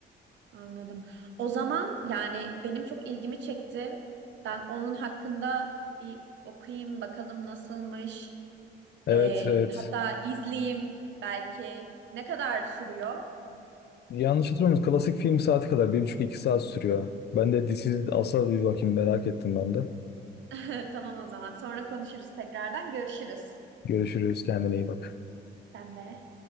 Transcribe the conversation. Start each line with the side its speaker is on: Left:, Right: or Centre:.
Right: anladım. O zaman yani benim çok ilgimi çekti. Ben onun hakkında bir okuyayım bakalım nasılmış.
Left: Evet
Right: Ee,
Left: evet.
Right: hatta izleyeyim belki. Ne kadar sürüyor?
Left: Yanlış hatırlamıyorum. Klasik film saati kadar. Bir buçuk iki saat sürüyor. Ben de This Is Us'a bir bakayım merak ettim ben de.
Right: <laughs> Tamam o zaman. Sonra konuşuruz tekrardan. Görüşürüz.
Left: Görüşürüz. Kendine iyi bak.
Right: Sen de.